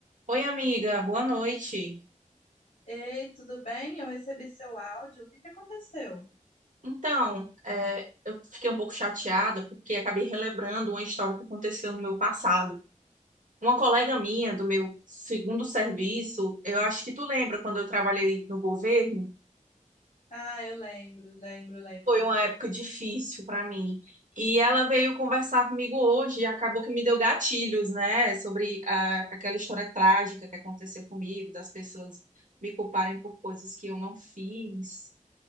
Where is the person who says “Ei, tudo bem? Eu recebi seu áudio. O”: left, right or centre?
Left